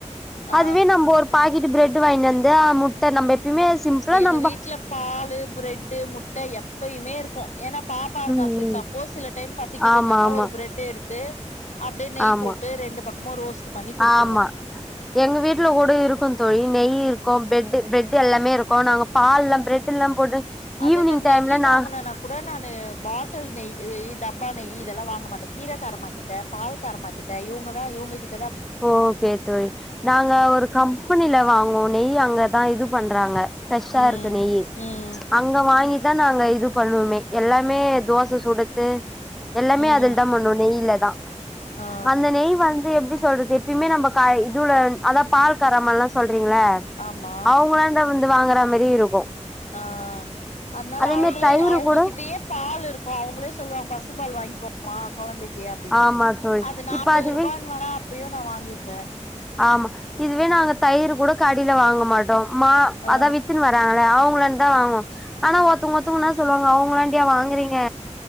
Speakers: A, on the left; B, in the centre.
A: ஆ
B: அதுவே நம்ம ஒரு பாக்கெட்டு பிரெட் வாங்கி வந்து அ முட்ட நம்ம எப்பயுமே சிம்பிளா
A: எங்க
B: நம்ம
A: வீட்ல பால்லு ப்ரெட்டு் முட்ட எப்பயுமே இருக்கு ஏன்னா பாப்பா இருக்கா
B: ம்
A: சு
B: ம்
A: சப்போஸ் சில டைம் பசிக்குதுனா
B: ஆமா ஆமா
A: ஒரு பிரெட் எடுத்து அப் டியே நெய்
B: ஆமா
A: போட்டு ரெண்டு பக்கமு ரோஸ்ட்டு பண்ணி குடுத்துருவே
B: ஆமா எங்க வீட்ல கூட இருக்கு தோழி நெய் இருக்கு பெட்டு் பெட் எல்லாமே இருக்கு நாங்க பால்ல ப்ரெட் எல்லாம் போட்டு
A: அதே
B: ஈவினிங்
A: மேரி நெய்யு
B: டைம்ல நா
A: வாங்க ணா கூட நா பாட்டில் நெய் டப்பா நெய் இதெல்லா வாங்க மாட்டே கீரைகாரமாக்கிட் ட பால் காரமாகிட்ட இவங்க தா இவங்க கிட்
B: ஓகே தோழி நாங்க ஒரு கம்பெனில வாங்குவோ நெய்யி அங்கதா இது பண்றாங்க பிரெஷ்ஷா
A: ம்
B: இருக்கு நெய்யி
A: ம்
B: அங்க வாங்கிதா நாங்க இது பண்ணுவோமே எல்லாமே தோச சுடறது எல்லாமே
A: ம்
B: அதுல தா பண்ணுவோ நெய்யில தா
A: ஆ
B: அந்த நெய் வந்து எப்டி சொல்றது எப்பயுமே நம்ம கை இது உள்ள அதாவது பால் காரம்மாலா சொல்றீங்கள
A: ஆமா
B: அவங்கள <unintelligible> வந்து வாங்குற மாரி இருக்கு
A: ஆஅ அதனால
B: அதே
A: அவங்களே
B: மாரி தயிரு
A: அவங்ககிட்டயே
B: கூட
A: பால் இருக் கு அவங்களே சொல்லுவாங்க பசும்பால் வாங்கிக்கோமா கொழந்தைக் கு அப்டின்னு
B: ஆமா தோழி
A: அது நாப்பது
B: இப்ப அதுவே
A: ரூபான்னான அப்பயே நா வாங்கிப்பே
B: ஆமா இதுவே நாங்க தயிர் கூட கடைல வாங்க மாட்டோ மா
A: ஆ
B: அதா வித்துருவா ங்களே அவங்கள்ண்டதா வாங்குவோ ஆனா ஒருத்தவங்க ஒருத்தங்க என்ன சொல்லுவாங்க அவங்கலாண்டயா வாங்குறீங்க